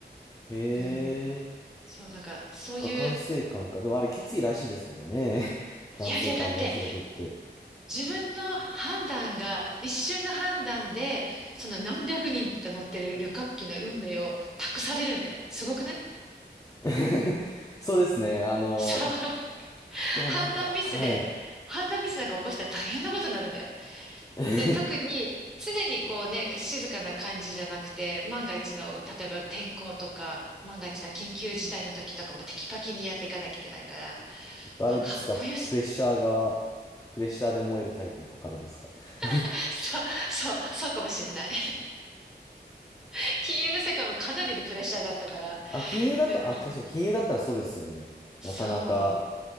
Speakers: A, on the left (about 20°); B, in the centre.
A: へ
B: うん。
A: え、
B: そう、なんか、そういう、
A: そっか、管制官か。でもあれきついらしいですけどね。<laughs> 管制官のお仕事って。
B: いやいや、だって、自分の判断が、一瞬の判断で、その何百人と乗ってる旅客機の運命を託されるんだよ。すごくない
A: <laughs> そうですね。あの、
B: そう。<laughs>
A: でもなんか、
B: 判断ミスで、
A: はい。
B: 判断ミスなんか起こしたら大変なことになるんだよ。
A: <laughs>
B: で、特に常にこうね、静かな感じじゃなくて、万が一の、例えば天候とか、万が一な緊急事態の時とかもテキパキにやっていかなきゃいけないから、
A: えっと、
B: うわ、
A: あれですか、
B: かっこよし。
A: プレッシャーが、プレッシャーで燃えるタイプの方ですか <laughs>
B: <laughs> そう、そう、そうかもしれない。<laughs> 金融の世界もかなりのプレッシャーがあったから。
A: あ、金融だったら、
B: うん。
A: あ、そうか、金融だったらそうですよね。
B: そう。
A: なかなか。